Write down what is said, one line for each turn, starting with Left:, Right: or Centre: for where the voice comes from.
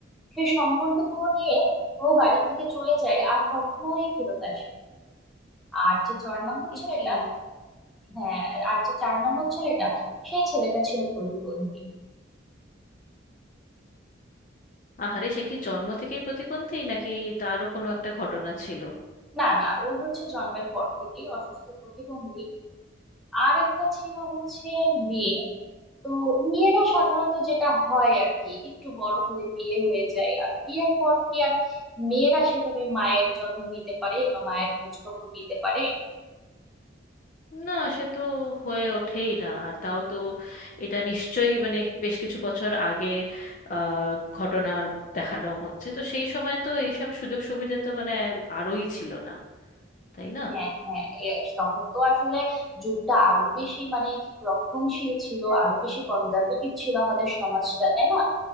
Centre: সেই সম্বলটুকু নিয়ে ও বাড়ি থেকে চলে যায় আর কখনোই ফেরত আসে আর যে চার নম্বর
Left: এ
Centre: ছেলেটা
Left: কি
Centre: হ্যাঁ আর যে চার নম্বর ছেলেটা সেই ছেলেটা ছিল প্রতিবন্ধী
Left: আহারে সে কি জন্ম থেকেই প্রতিবন্ধী নাকি তারও কোনো একটা ঘটনা ছিল
Centre: না না ও হচ্ছে জন্মের পর থেকেই অসুস্থ প্রতিবন্ধী আর একটা ছিল হচ্ছে মেয়ে তো মেয়েরা সাধারণত যেটা হয় আর কি একটু বড় হলে বিয়ে হয়ে যায় আর বিয়ের পর কি আর মেয়েরা সেভাবে মায়ের যত্ন নিতে পারে বা মায়ের খোঁজ খবর নিতে পারে
Left: না সে তো হয়ে ওঠেই না আর তাও তো এটা নিশ্চয়ই মানে বেশ কিছু বছর আগে আহ, ঘটনার দেখানো হচ্ছে তো সেই সময় তো এইসব সুযোগ সুবিধা তো মানে আরোই ছিল না তাই না
Centre: হ্যাঁ হ্যাঁ এ- তখন তো আসলে যুগটা আরো বেশি মানে রক্ষণশীল ছিল আরো বেশি কনজারভেটিভ ছিল আমাদের সমাজটা তাই না